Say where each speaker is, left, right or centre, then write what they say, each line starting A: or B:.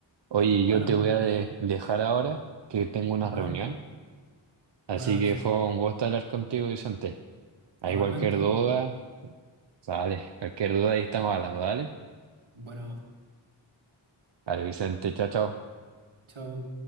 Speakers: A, on the right; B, on the right.
A: Oye,
B: Bueno,
A: yo te voy a de- dejar ahora que tengo una
B: bueno,
A: reunión, así
B: bueno, Edson.
A: que fue un gusto hablar contigo, Vicente. Hay
B: Igualmente,
A: cualquier duda, dale. cualquier duda ahí estamos hablando, dale.
B: bueno,
A: Vale, Vicente, chao, chao.
B: chao.